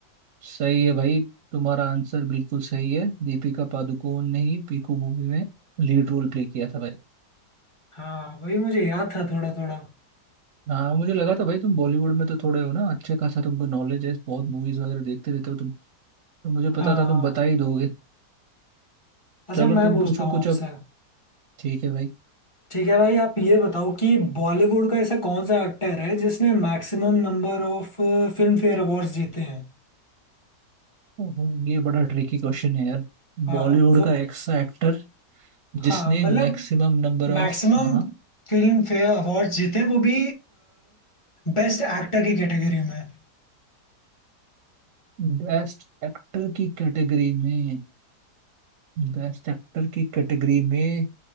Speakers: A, on the right; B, on the left.
A: सही है भाई तुम्हारा आंसर बिल्कुल सही है दीपिका पादुकोण ने ही पीकू मूवी में लीड रोल प्ले किया था भाई
B: हाँ वही मुझे याद था थोड़ा थोड़ा
A: हाँ मुझे लगा था भाई तुम बॉलीवुड में तो थोड़े हो ना अच्छे खासा तुमको नॉलेज है बहुत मूवीज वगैरह देखते रहते हो तुम तो मुझे पता
B: हाँ
A: था तुम
B: हाँ
A: बता ही दोगे
B: अच्छा
A: चलो
B: मैं
A: तुम
B: पूछता
A: पूछो
B: हूँ
A: कुछ
B: आपसे
A: अब ठीक है भाई
B: ठीक है भाई आप ये बताओ कि बॉलीवुड का ऐसा कौन सा एक्टर है जिसने maximum number of Filmfare awards जीते हैं
A: ओहो, ये बड़ा ट्रिकी क्वेश्चन है यार
B: हाँ
A: बॉलीवुड का ऐसा एक्टर
B: हाँ
A: जिसने
B: मतलब
A: मैक्सिमम नंबर ऑफ
B: मैक्सिमम
A: हाँ हाँ
B: फिल्म फेयर अवार्ड जीते हैं वो भी बेस्ट एक्टर की कैटेगरी में
A: बेस्ट एक्टर की कैटेगरी में बेस्ट एक्टर की कैटेगरी में